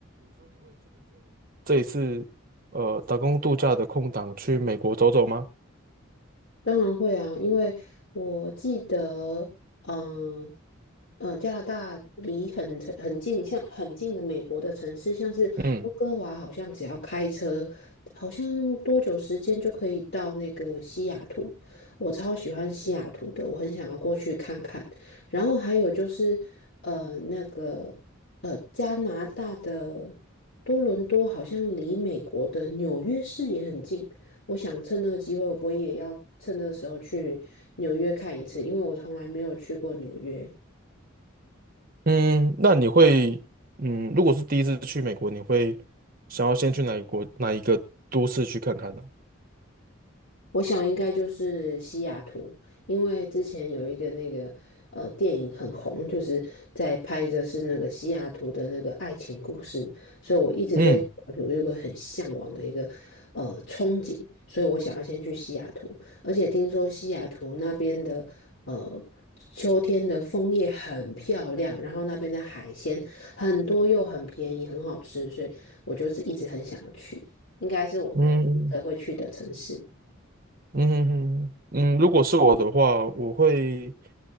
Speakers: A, on the right (about 45°); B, on the left (about 65°).
A: 这一次呃打工度假的空档去美国走走吗？
B: 当然会啊，因为我记得，嗯、呃，加拿大离很城很近，像很近的美国的城市，像是温哥华，
A: 嗯
B: 好像只要开车，好像多久时间就可以到那个西雅图。我超喜欢西雅图的，我很想要过去看看。然后还有就是，呃，那个呃，加拿大的多伦多好像离美国的纽约市也很近。我想趁这个机会，我也要趁这个时候去纽约看一次，因为我从来没有去过纽约。
A: 嗯，那你会嗯，如果是第一次去美国，你会想要先去哪一国哪一个都市去看看呢？
B: 我想应该就是西雅图，因为之前有一个那个呃电影很红，就是在拍的是那个西雅图的那个爱情故事，所以我一直对西雅图有个很向往的一个呃憧憬，
A: 嗯。
B: 所以我想要先去西雅图，而且听说西雅图那边的呃秋天的枫叶很漂亮，然后那边的海鲜很多又很便宜，很好吃，所以我就是一直很想要去，应该是我的会去的城市。
A: 嗯嗯嗯嗯，如果是我的话，我会，